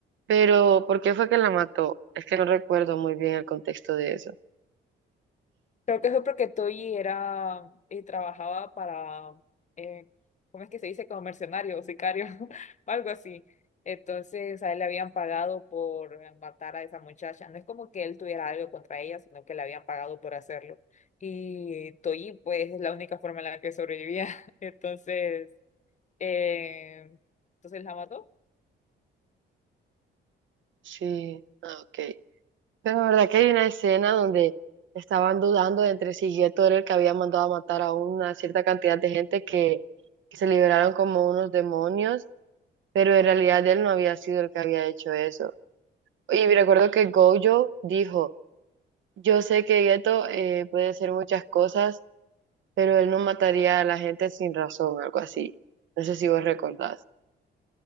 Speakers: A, on the right; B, on the left.
A: Pero, ¿por qué fue que la mató? Es que no recuerdo muy bien el contexto de eso.
B: Creo que fue porque Toyi era y trabajaba para, eh, ¿cómo es que se dice? Como mercenario o sicario <laughs> o algo así. Entonces a él le habían pagado por eh, matar a esa muchacha. No es como que él tuviera algo contra ella, sino que le habían pagado por hacerlo. Y Toyi, pues, es la única forma en la que sobrevivía. <laughs> Entonces, eh, entonces la mató.
A: Sí, ah, ok. Pero la verdad que hay una escena donde estaban dudando entre si Geto era el que había mandado a matar a una cierta cantidad de gente que, que se liberaron como unos demonios, pero en realidad él no había sido el que había hecho eso. Y recuerdo que Gojo dijo Yo sé que Gueto eh, puede ser muchas cosas, pero él no mataría a la gente sin razón, algo así. No sé si vos recordás.